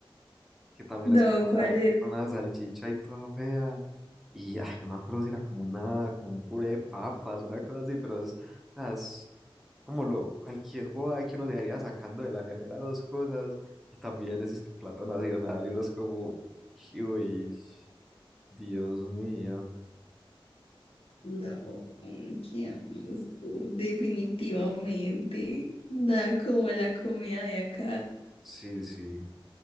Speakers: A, in the centre; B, on the left (about 85°).
A: que también
B: No,
A: es como
B: ¿cuál
A: una,
B: es?
A: una salchicha y toda fea. Y, ay, no me acuerdo si era como una, como un puré de papas, una cosa así, pero es, o sea, es como lo, cualquier boba que uno dejaría sacando de la nevera dos cosas. Y también es, es que plato nacional y uno es como, uy, Dios mío.
B: No, qué asco, definitivamente. Nada como la comida de acá.
A: Sí, sí.